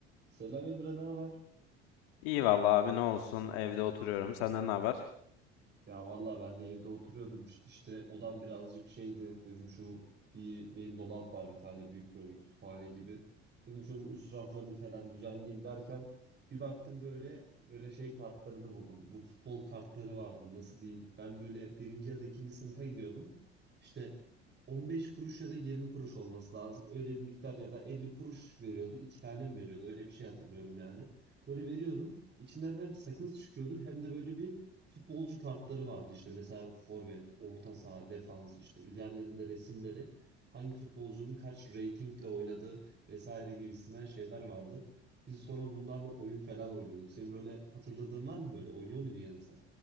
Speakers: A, on the right; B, on the left.
A: Selam Emre, ne haber?
B: İyi vallahi abi ne olsun evde oturuyorum. Senden ne haber?
A: Ya vallahi ben de evde oturuyordum. Ş- İşte odam birazcık şeydi. Dedim şu bir benim dolap var bir tane büyük böyle kütüphane gibi. Dedim şunun üst raflarını falan düzenleyeyim derken bir baktım böyle böyle şey kartlarını buldum. Bu futbol kartları vardı. Nasıl diyeyim? Ben böyle birinci ya da ikinci sınıfa gidiyordum. İşte 15 kuruş ya da 20 kuruş olması lazım. Öyle bir miktar ya da 50 kuruş veriyordu. İki tane mi veriyordu? Öyle bir şey hatırlıyorum yani. Böyle veriyordun. İçinden hem sakız çıkıyordu hem de böyle bir futbolcu kartları vardı işte mesela forvet, orta saha, defans işte üzerlerinde resimleri hangi futbolcunun kaç ratingle oynadığı vesaire gibisinden şeyler vardı. Biz sonra bunlarla oyun falan oynuyorduk. Senin böyle hatırladığın var mı böyle? Oynuyor muydun ya da sen?